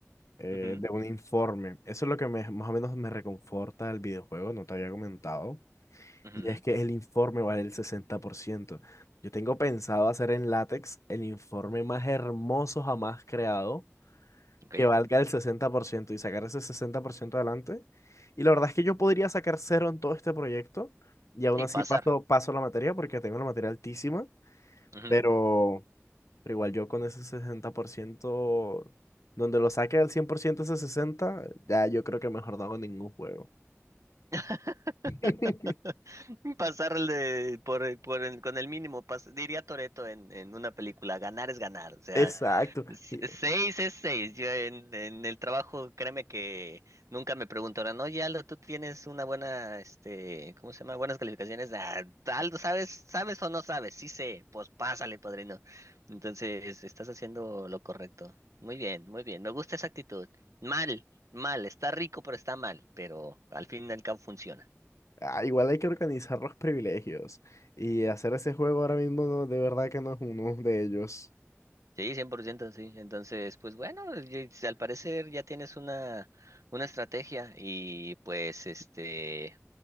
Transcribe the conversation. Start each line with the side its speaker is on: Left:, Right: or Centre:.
Left: eh,
Right: Ujú,
Left: de un informe. Eso es lo que me- más o menos me reconforta del videojuego, no te había comentado.
Right: ujú,
Left: Y es que el informe vale el sesenta por ciento Yo tengo pensado hacer en látex el informe más hermoso jamás creado,
Right: ok,
Left: que valga el 60% y sacar ese 60% adelante. Y la verdad es que yo podría sacar cero en todo este proyecto y aún
Right: y
Left: así
Right: pasar.
Left: paso, paso la materia porque tengo la materia altísima,
Right: ujú.
Left: pero... Pero igual yo con ese 60% donde lo saque al 100% ese sesenta ya yo creo que mejor no hago ningún juego.
Right: <laughs>
Left: <laughs>
Right: <laughs> Pasarle por, por el- con el mínimo, pas- diría Toretto en, en una película, ganar es ganar, o sea,
Left: Exacto.
Right: s-
Left: Y-
Right: seis es seis. Yo en, en el trabajo, créeme que nunca me preguntaron, oye Aldo, tú tienes una buena, este, ¿cómo se llama? Buenas calificaciones, ah, Aldo, ¿sabes, sabes o no sabes? Sí sé, pues pásale, padrino. Entonces, estás haciendo lo correcto. Muy bien, muy bien, me gusta esa actitud. Mal, mal, está rico, pero está mal, pero al fin y al cabo funciona.
Left: ah, igual hay que organizar los privilegios. Y hacer ese juego ahora mismo no- de verdad que no es uno de ellos.
Right: Sí, 100%, sí. Entonces, pues bueno, y- si al parecer ya tienes una, una estrategia y pues este,